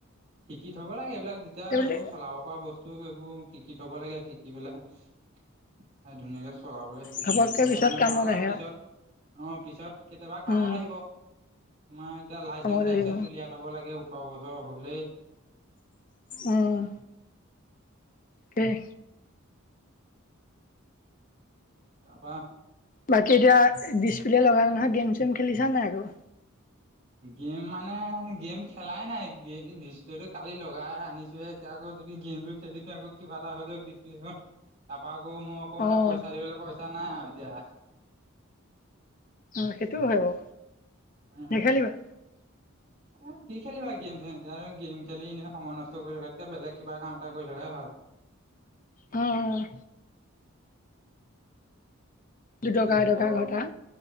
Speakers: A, on the right (about 30°); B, on the left (about 40°).
A: শিকি থ'ব লাগে এইবিলাক যেতিয়া
B: সেইবুলি
A: সেইবোৰ চলাব পৰা বস্তু টো এইবোৰ শিকি থ'ব লাগে, শিকি পেলাই ধুনীয়াকে চলাবলৈ শিকি
B: ঘপককে
A: থ'লে
B: পিছত
A: মানে
B: কামত
A: ভাল আৰু
B: আহে
A: পিছত, অ', পিছত কেতিয়াবা কামত
B: উম,
A: আহিব। তোমাৰ এতিয়া লাইচেন্ঞ্চ,
B: কামত
A: চাইচেন্ঞ্চ
B: আহিব
A: উলিয়াই থ'ব লাগে ওঠৰ বছৰ হ'লেই।
B: উম। তাকেই।
A: তাৰপা
B: বাকী এতিয়া ডিছপ্লে লগালা নহয়, গেম চেম খেলিছা নাই আকৌ?
A: গেম মানে গেম খেলাই নাই, ডিচপ্লেটো কালি লগাই আনিছোঁ হে। এতিয়া আকৌ যদি গেমটো খেলি দিওঁ আকৌ কিবা এটা হৈ যাওঁক ডিছপ্লেখন, তাৰপা আকৌ মই আকৌ মানে
B: অ',
A: পইচা দিবলৈ পইচা নাই আৰু এতিয়া।
B: উম, সেইটোও হয়, বাৰু।
A: উম,
B: নেখেলিবা
A: এ, কি খেলিবা গেম-চেম এতিয়া আৰু গেম খেলি এনেই সময় নষ্ট কৰি থকাতকে, বেলেগ কিবা কাম এটা কৰি থকাই ভাল।
B: অ, অ, দুটকা
A: যিহে
B: এটকা
A: গৰম।
B: ঘটা